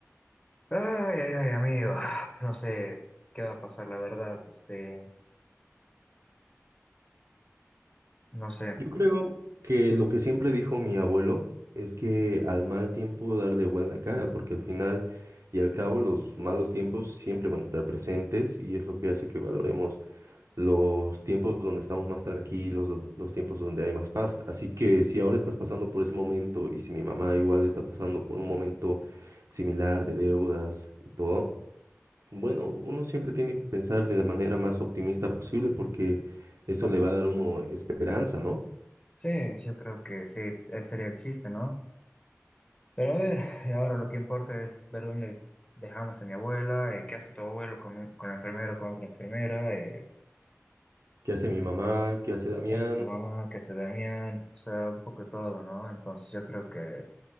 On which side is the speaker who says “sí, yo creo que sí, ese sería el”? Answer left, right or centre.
Left